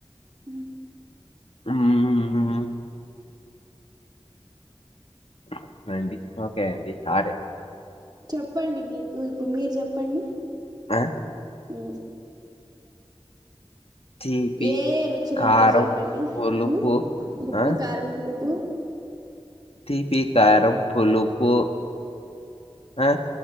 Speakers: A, on the right; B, on the left.
A: ఉ
B: మ్యావ్ ఎమ్ అండి ఓకే అండి ఆరే
A: చెప్పండి మీకు ఇప్పు మీరు చెప్పండి
B: ఆ
A: హు
B: తీపి
A: ఏ రుచిలో
B: కారం
A: మీరు చెప్పండి
B: పులుపు
A: హు ఉప్పు
B: ఆ
A: కారం పులుపు
B: తీపి కరం పులు పో ఆ